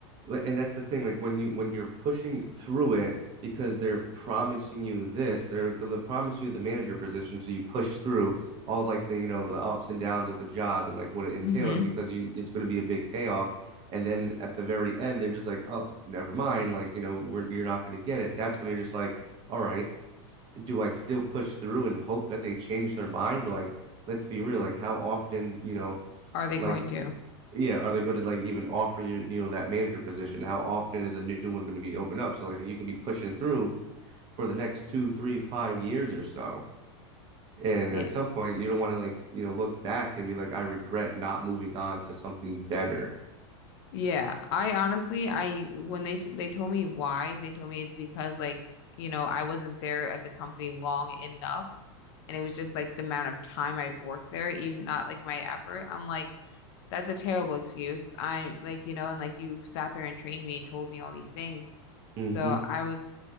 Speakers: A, on the right; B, on the left.
A: li- and that's the thing, like when you when you're pushing through it because they're promising you this, they're gonna promise you the manager position. So you push through all like the you know the ups and downs of the job and like what it entails
B: Mm-hmm.
A: because you it's gonna be a big payoff. And then at the very end, they're just like, oh, never mind. Like, you know, we're, you're not gonna get it. That's when you're just like, all right, do I still push through and hope that they change their mind? But like, let's be real, like how often, you know,
B: Are they
A: like
B: going to?
A: yeah, are they going to like even offer you, you know, that manager position? How often is a new one going to be opened up? So like you could be pushing through for the next two, three, five years or so. And
B: Yeah.
A: at some point, you don't want to like, you know, look back and be like, I regret not moving on to something better.
B: Yeah, I honestly, I when they t they told me why, they told me it's because like, you know, I wasn't there at the company long enough and it was just like the amount of time I've worked there, even not like my effort. I'm like, that's a terrible excuse. I'm like, you know, and like you sat there and trained me and told me all these things.
A: Mm-hmm.
B: So I was